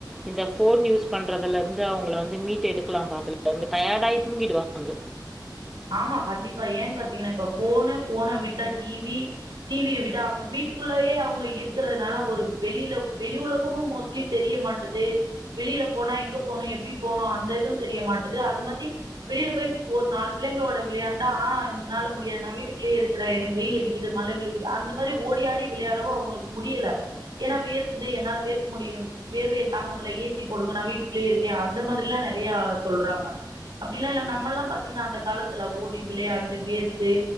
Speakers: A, in the centre; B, on the right.
A: இந்த ஃபோன் யூஸ் பண்றதுல இருந்து அவங்கள வந்து மீட் எடுக்கலாம் ப அதலந்து டயர்டாயி தூங்கிடுவாங்க
B: ஆமா கண்டிப்பா ஏன் பாத்தீங்கன்னா இப்ப போனு போனை விட்டா டிவி டிவிய விட்டா வீட்டுக்குள்ளயே அவங்க இருக்கிறதுனால ஒரு வெளியில வெளி உலகமும் மோஸ்ட்லி தெரிய மாட்டது வெளியில போனா எங்க போனும் எப்படி போனும் அந்த இதும் தெரிய மாட்டது அது மாதிரி வெளியில போய் ஒரு நாலு பிள்ளைங்களோட விளையாண்டா ஆஹ் என்னால முடியாது நான் வீட்டுக்குள்ளேயே இருக்கிறேன் எனக்கு வெயில் அடிக்குது மழை விழுகுது அந்த மாதிரி ஓடிாடி விளையாடவும் அவங்களுக்கு முடியல ஏன்னா வேர்கக்குது என்னால வேர்க்க முடியும் வேர்வையை தாங்க முடியல ஏசி போடுங்க நான் வீட்டுக்குள்ளேயே இருக்கேன் அந்த மாதிரிலா நிறைய சொல்றாங்க அப்படிலாம் இ நம்மல்லாம் பா்த்தீங்கன்னா அந்த காலத்துல ஓடி விளையாண்டு வேர்த்து